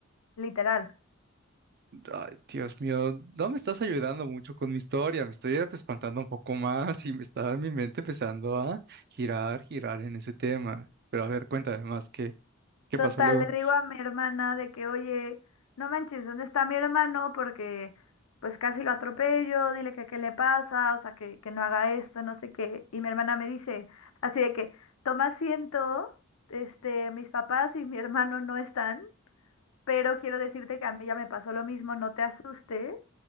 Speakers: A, on the left; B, on the right.
A: literal.
B: Ay, Dios mío, no me estás ayudando mucho con mi historia, me estoy espantando un poco más y me está mi mente empezando a girar, girar en ese tema. Pero a ver, cuéntame más, ¿qué, qué
A: Total,
B: pasó luego?
A: le digo a mi hermana de que, oye, no manches, ¿dónde está mi hermano? Porque pues casi lo atropello, dile que qué le pasa, o sea, que, que no haga esto, no sé qué. Y mi hermana me dice, así de que, toma asiento, este, mis papás y mi hermano no están, pero quiero decirte que a mí ya me pasó lo mismo, no te asustes,